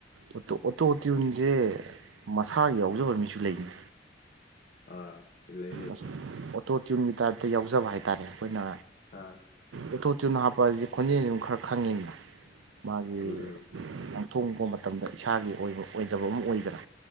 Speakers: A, on the right; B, on the left.
A: ꯑꯣ ꯑꯣꯇꯣ ꯇ꯭ꯌꯨꯟꯖꯦ ꯃꯁꯥꯒꯤ ꯌꯥꯎꯖꯕ ꯃꯤꯖꯨ ꯂꯩꯅꯤ
B: ꯑꯥ ꯂꯩ ꯂꯩ
A: ꯑꯣꯇꯣ ꯇ꯭ꯌꯨꯟꯒꯤ ꯇꯥꯏꯞꯇ ꯌꯥꯎꯖꯕ ꯍꯥꯏ ꯇꯥꯔꯦ ꯑꯩꯈꯣꯏꯅ
B: ꯑꯥꯑ
A: ꯑꯣꯇꯣꯇ꯭ꯨꯌꯟ ꯍꯥꯞꯄ ꯍꯥꯏꯖꯤ ꯈꯣꯟꯖꯦꯜꯁꯤ ꯈꯔ ꯈꯪꯉꯤꯅ ꯃꯥꯒꯤ
B: ꯎꯝ ꯎꯝ
A: ꯉꯪꯊꯣꯔꯛꯄ ꯃꯇꯝꯗ ꯏꯁꯥꯒꯤ ꯑꯣꯏꯕ ꯑꯣꯏꯗꯕ ꯑꯃ ꯑꯣꯏꯗꯅ